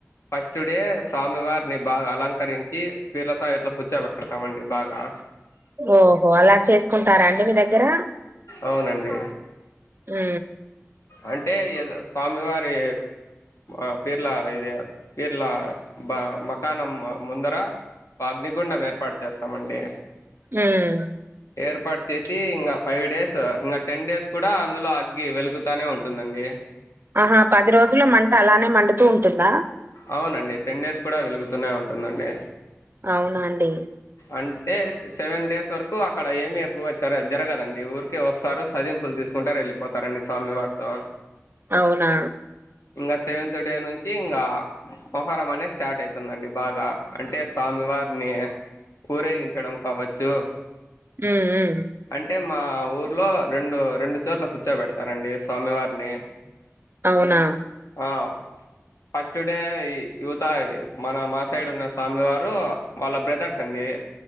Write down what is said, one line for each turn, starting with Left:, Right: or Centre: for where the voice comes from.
Left: ఫస్ట్ డే స్వామివారిని బాగా అలంకరించి పీర్ల స ఇట్లో కూర్చోబెడతామండి బాగా
Right: ఓహో అలా చేసుకుంటారాండి మీ దగ్గర
Left: అవునండి
Right: ఊ
Left: అంటే ఏదొ స్వామివారి ఆ పీర్లా ఇదే పీర్లా బ మ క్కానం ముందర ఒ అగ్నిగుండం ఏర్పాటు చేస్తామండి
Right: ఉమ్
Left: ఏర్పాటు చేసి ఇంగా ఫైవ్ డేస్ ఇంగ టెన్ డేస్ కూడా అందులో అగ్గి వెలుగు త్తానే ఉంటుందండి
Right: ఆహా పది రోజుల్లో మంట అలానే మండుతూ ఉంటుందా
Left: అవునండి టెన్ డేస్ కూడ వెలుగుతూనే ఉంటుందండి
Right: అవునాండి
Left: అంటే సెవెన్ డేస్ వరకు అక్కడ ఏమి ఎక్కువ చర జరగదండి ఊరికే ఒస్తారు సదిమ్ పుల్ తీసుకుంటార్ ఎళ్ళిపోతారండి స్వామి వారితో
Right: అవునా
Left: ఇంగ సెవెంత్ డే నుంచి ఇంగా పొహరమనే స్టార్ట్ అయితుందండి బాగా అంటే సామివారిని ఊరేగించడం కావచ్చు
Right: ఉమ్ ఉమ్
Left: అంటే మా ఊర్లో రెండు రెండు చోట్ల కూర్చోబెడతారండి స్వామివారిని
Right: అవునా
Left: ఆవ్ టుడే యువత మన మా సైడ్ ఉన్న స్వామి వారు వాళ్ళ బ్రదర్స్ అండి